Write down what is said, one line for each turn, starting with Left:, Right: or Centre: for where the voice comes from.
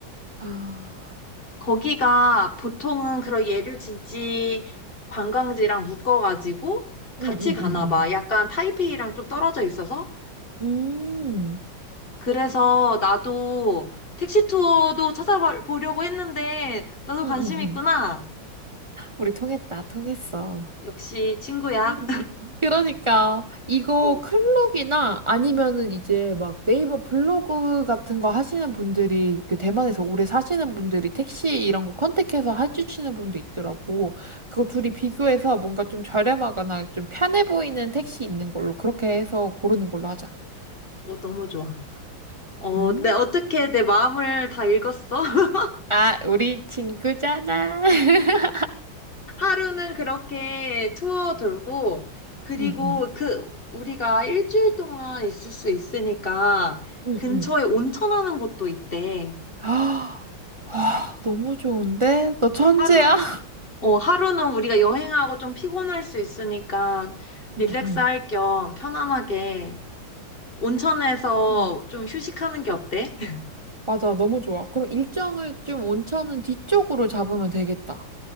Right: 아,
Left: 거기가 보통은 그런 예류 진지 관광지랑 묶어가지고 같이
Right: 응응응응.
Left: 가나 봐. 약간 타이페이랑 좀 떨어져 있어서
Right: 음,
Left: 그래서 나도 택시 투어도 찾아보려고 했는데, 너도
Right: 응응응.
Left: 관심 있구나.
Right: 우리 통했다, 통했어.
Left: 역시 친구야.
Right: 음, 음. 그러니까 이거
Left: 어,
Right: 클록이나 아니면은 이제 막 네이버 블로그 같은 거 하시는 분들이 그 대만에서 오래 사시는 분들이 택시 이런 거 컨택해서 해주시는 분도 있더라고. 그거 둘이 비교해서 뭔가 좀 저렴하거나 좀 편해 보이는 택시 있는 걸로 그렇게 해서 고르는 걸로 하자.
Left: 어, 너무 좋아. 어,
Right: 음,
Left: 내, 어떻게 내 마음을 다 읽었어? <laughs>
Right: 아, 우리 친구잖아. <laughs>
Left: 하루는 그렇게 투어 돌고, 그리고
Right: 응응
Left: 그, 우리가 일주일 동안 있을 수 있으니까,
Right: 응응
Left: 근처에 온천하는 곳도 있대.
Right: 아, <gasps> 와, 너무 좋은데? 너 천재야?
Left: 하루?
Right: <laughs>
Left: 어, 하루는 우리가 여행하고 좀 피곤할 수 있으니까, 릴렉스
Right: 응응
Left: 할 겸 편안하게 온천에서
Right: 음.
Left: 좀 휴식하는 게 어때? <laughs>
Right: 맞아, 너무 좋아. 그럼 일정을 좀 온천은 뒤쪽으로 잡으면 되겠다.